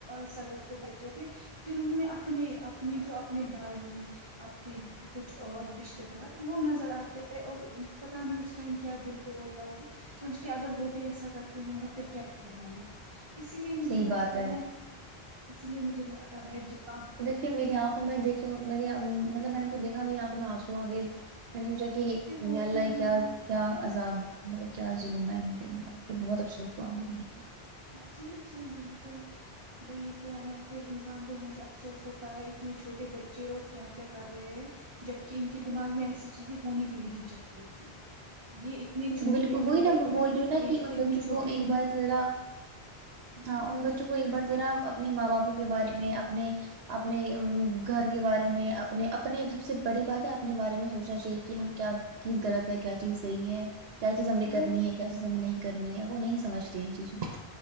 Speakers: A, on the right (about 35°); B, on the right (about 75°).
A: سڑک پہ بچے تھے پھر ان میں اپنے اپنے جو اپنے بھائی اپنے کچھ اور رشتے دار وہ نظر آتے ہیں اور پت نہیں اس ٹائم کیا دل کو ہوتا ہے کہ سمجھتے اگر وہ بھی ایسا کرتے ہوں گے پھر کیا کریں گے اسی لیے مجھے
B: صحیح
A: لگتا
B: بات
A: ہے اسی لیے مجھے لگتا ہے جپان
B: پھر میری آنکھوں میں دیکھی میری مطلب میں نےود دیکا میری آنکھوں میں آنسو آ گئےل میں نے سوچا کہ
A: پھر ہوتا
B: اللہ
A: ہے ہم
B: کیا کیا عذاب مطلب کیا ظلم ہے پبجھ بہت افسوس ہوا ان کو دیکھ کر
A: جی جی بالکل بی تو ہے پھر انسان کو یہاں سے افسوس ہوتا ہے اتنے چھوٹے بچے اور کیا کیا کر رہے ہیں جبک ان کے دماغ میں ایسی چیزیں ہونی بھی نہیں چاہیے تھی یہ اتنے
B: کر
A: چھوٹے
B: بالکل وہی
A: تھے
B: نا میں بول رہی ہوں نا
A: اتنی
B: کہ ان بچوں
A: چھوٹی
B: کو ایک
A: عمر
B: بار ذرا ہاں ان بچوں
A: جی
B: کو ایک بار ذرا اپنے ماں باپوں کے بارے میں اپنے اپنے گھر کے بارے میں اپنے اپنے سب سے بڑی بات ہے اپنے بارے میں سوچنا چاہیے کہ ہم کیا چیز غلط ہے کیا چیز صحیح ہے کیا چیز ہم نے
A: وہی
B: کرنی ہے کیا چیز ہمیں نہیں کرنی ہے وہ نہیں سمجھتے ہیں ان چیز میں